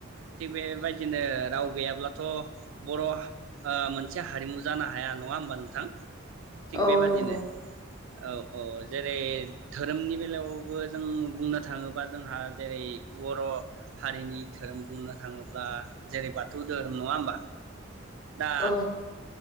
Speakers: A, on the right (about 70°); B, on the left (about 20°).
A: थिग बेबायदिनो राव गैयाब्लाथ' बर' ह ओ मोनसे हारिमु जानो हाया नङा होमबा नोंथां? थिग
B: औ
A: बेबादिनो
B: नंगौ
A: औ औ जेरै धोरोमनि बेलायावबो जों बुंनो थाङोबा जोंहा जेरै बर' हारिनि धोरोम बुंनो थांङोब्ला जेरै बाथौ दोहोरोम नङा होमबा? दा
B: औ